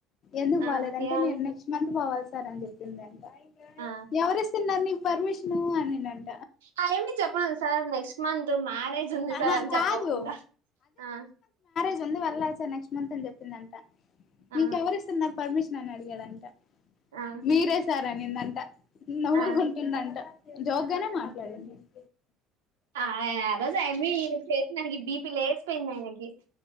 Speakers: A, on the left; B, on the right.
A: ఎందుకు
B: ఆ
A: బాలేదు అంటే
B: ఏమని
A: నేను నెక్స్ట్ మంత్ బోవాల్స్ సరే అని జెప్పిందంట
B: ఆ
A: ఎవరు ఇస్తున్నారు నీక్ పర్మిషను అనినన్
B: అ ఏమి చెప్పలేద్ సార్ నెక్స్ట్ మంత్ మ్యారేజ్ ఉంది
A: ఆహా
B: సార్ అని చెప్పకుండా
A: కాదు
B: ఆ
A: ఇట్లుంది వెళ్ళాలి సార్ నెక్ట్స్ మంత్ అని జెప్పిందంట
B: ఆ
A: నీకెవరిసున బ్ పర్మిషన్ అని అడిగాడంట
B: ఆ
A: మీరే సర్ అనిందం ట నవ్వుకుంటుందంట
B: ఆ
A: జోగ్గానే మాట్లాడింది. <inaudible>
B: ఆ అయ్ ఆ రోజు ఆయమ్మి చేసిందానికి బీపి లేస్పోయింది ఆయనకి.